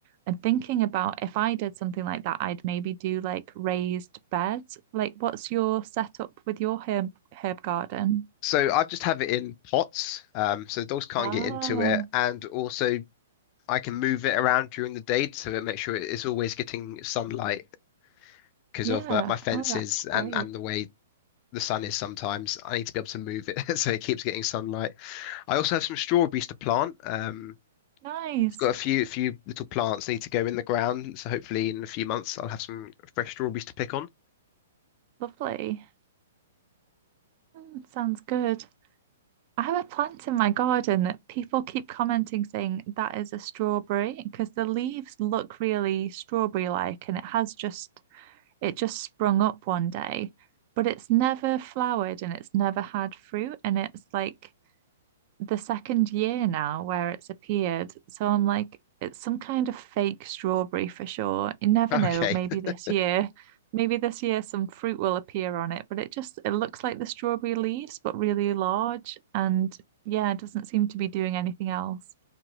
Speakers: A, on the right; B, on the left.
A: I'm thinking about if I did something like that, I'd maybe do like raised beds. Like what's your setup with your herb herb garden?
B: So I just have it in pots, um, so the dogs can't
A: Oh,
B: get into it, and also I can move it around during the day to make sure it's always getting sunlight because
A: yeah.
B: of uh, my fences
A: Oh, that's
B: and
A: great.
B: and the way the sun is sometimes. I need to be able to move it <laughs> so it keeps getting sunlight. I also have some strawberries to plant. Um,
A: Nice.
B: I've got a few few little plants need to go in the ground, so hopefully in a few months I'll have some fresh strawberries to pick on.
A: Lovely. Mm, sounds good. I have a plant in my garden that people keep commenting saying that is a strawberry because the leaves look really strawberry-like and it has just it just sprung up one day, but it's never flowered and it's never had fruit and it's like the second year now where it's appeared. So I'm like, it's some kind of fake strawberry for sure. You never
B: Okay.
A: know. Maybe this
B: <laughs>
A: year, maybe this year some fruit will appear on it, but it just it looks like the strawberry leaves, but really large. And yeah, it doesn't seem to be doing anything else.